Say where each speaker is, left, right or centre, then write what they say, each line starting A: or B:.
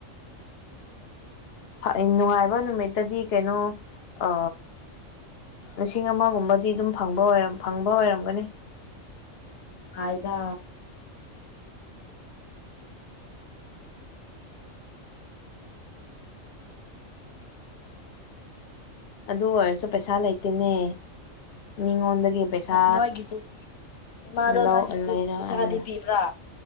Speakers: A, on the left; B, on the left.
A: ꯐ ꯅꯨꯡꯉꯥꯏꯕ ꯅꯨꯃꯤꯠꯇꯗꯤ ꯀꯩꯅꯣ ꯑ ꯂꯤꯁꯤꯡ ꯑꯃꯒꯨꯝꯕꯗꯤ ꯑꯗꯨꯝ ꯐꯪꯕ ꯑꯣꯏꯔ ꯐꯪꯕ ꯑꯣꯏꯔꯝꯒꯅꯤ
B: ꯍꯥꯏꯗꯦ
A: ꯑꯗꯨ ꯑꯣꯏꯔꯁꯨ ꯄꯩꯁꯥ ꯂꯩꯇꯦꯅꯦ ꯃꯤꯉꯣꯟ ꯒꯤ ꯄꯩꯁꯥ
B: ꯅꯣꯏꯒꯤꯁꯨ ꯄꯤ ꯏꯃꯥꯗꯣ
A: ꯂꯧ
B: ꯅꯣꯏꯒꯤꯁꯨ
A: ꯂꯩꯔ
B: ꯄꯩꯁꯥꯗꯤ
A: ꯑꯥ
B: ꯄꯤꯕ꯭ꯔꯥ